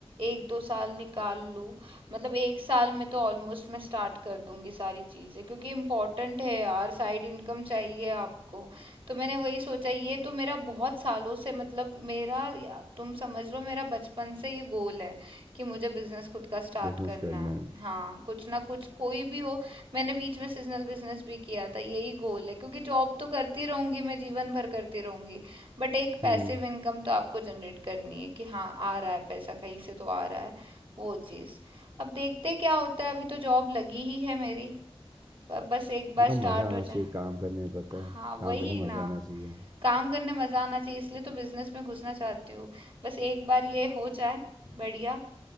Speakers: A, on the right; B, on the right.
A: एक दो साल निकाल लूँ मतलब एक साल में तो ऑलमोस्ट मैं स्टार्ट कर दूंगी सारी चीज़ें क्योंकि इम्पोर्टेंट है यार साइड इनकम चाहिए आपको तो मैंने वही सोचा ये तो मेरा बहुत सालों से मतलब मेरा या- तुम समझ लो मेरा बचपन से ये गोल है कि मुझे बिजनेस खुद का स्टार्ट
B: बिजनेस
A: करना
B: करना
A: है
B: है
A: हाँ कुछ ना कुछ कोई भी हो मैंने बीच में सीजनल बिजनेस भी किया था यही गोल है क्योंकि जॉब तो करती रहूंगी मैं जीवन भर करती रहूंगी बट एक पैसिव
B: हम्म
A: इनकम तो आपको जनरेट करनी है कि हाँ आ रहा है पैसा कहीं से तो आ रहा है वो चीज़ अब देखते हैं क्या होता है अभी तो जॉब लगी ही है मेरी पर बस एक बार
B: यार मज़ा
A: स्टार्ट
B: आना
A: हो
B: चाहिए
A: जाए
B: काम करने में, पता
A: हाँ
B: है काम
A: वही
B: करने में
A: ना
B: मज़ा आना चाहिए
A: काम करने मजा आना चाहिए इसलिए तो बिजनेस में घुसना चाहती हूँ बस एक बार ये हो जाए बढ़िया